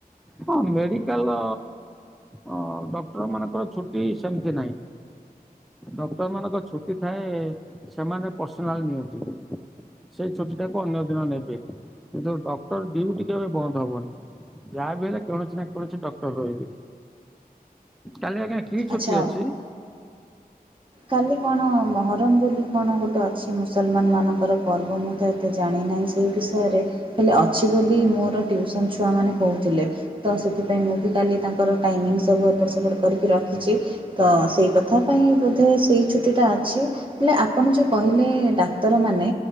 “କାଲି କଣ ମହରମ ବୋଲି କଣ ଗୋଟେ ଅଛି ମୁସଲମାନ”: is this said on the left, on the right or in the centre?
Right